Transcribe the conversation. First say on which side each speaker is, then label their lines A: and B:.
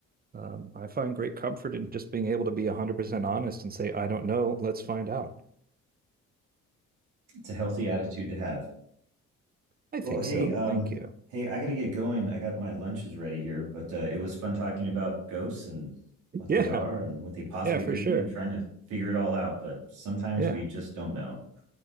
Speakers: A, on the right (about 30°); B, on the right (about 85°).
A: Um, I find great comfort in just being able to be 100% honest and say, I don't know. Let's find out.
B: it's a healthy attitude to have.
A: I
B: Well,
A: think
B: hey,
A: so.
B: um,
A: Thank you. <laughs>
B: hey, I gotta get going. I got my lunches ready here, but uh, it was fun talking about ghosts and what
A: Yeah.
B: they are and what they possibly
A: Yeah, for
B: could
A: sure.
B: be and trying to figure it all out. But sometimes
A: Yeah.
B: we just don't know